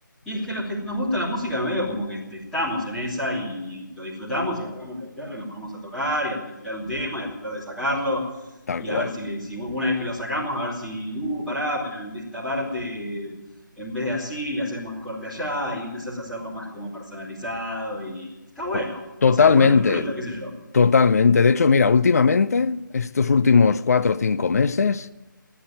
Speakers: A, in the centre; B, on the left.
A: y es que los que nos gusta la música, medio como que este, estamos en esa y lo disfrutamos y agarramos la guitarra y nos ponemos a tocar y a practicar un tema y a tratar de sacarlo
B: tal
A: y
B: cual.
A: a ver si, le, si una vez que lo sacamos, a ver si, uh, pará, pero en esta parte, en vez de así, le hacemos el corte allá y empezás a hacerlo más como personalizado y, y está bueno.
B: To- Totalmente,
A: O sea, uno lo disfruta, qué sé yo.
B: totalmente. De hecho, mira, últimamente, estos últimos cuatro o cinco meses,